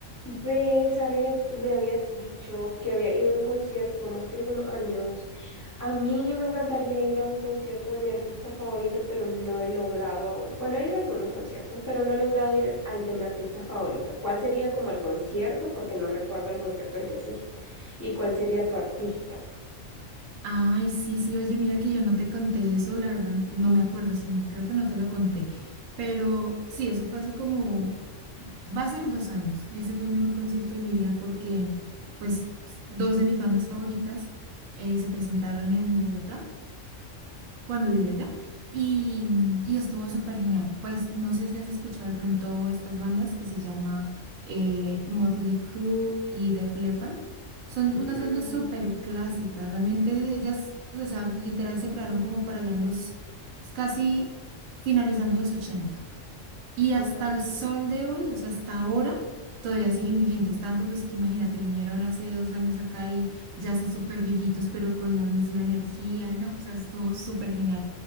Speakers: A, on the left; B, on the right.
A: Ve, Zaret me había dicho que había ido a un concierto como hace algunos años. A mí me encantaría ir a un concierto de mi artista favorito, pero no he logrado aún. Bueno, he ido a algunos conciertos, pero no he logrado ir al de mi artista favorito. ¿Cuál sería como el concierto? Porque no recuerdo el concierto al que fuiste. ¿Y cuál sería tu artista?
B: Ay, sí, sí, oye, mira que yo no te conté eso, la verdad, no me acuerdo, sino creo que no te lo conté. Pero sí, eso fue hace como, va a ser dos años, y ese fue el mejor concierto de mi vida porque, pues, dos de mis bandas favoritas eh, se presentaron en Bogotá cuando vivía allá y, mm, y estuvo súper genial. Pues no sé si has escuchado de pronto estas bandas que se llama eh, Motley Crue y Def Leppard. Son unas
A: Mm,
B: bandas súper clásicas, realmente de ellas, o sea, literal se crearon como por allá en los casi finalizando los 80 y
A: mm.
B: hasta el sol de hoy, o sea, hasta ahora, todavía siguen vigentes. Tanto pues que imagínate, vinieron hace dos años acá y ya así súper viejitos, pero con la misma energía, ¿no? O sea, estuvo súper genial.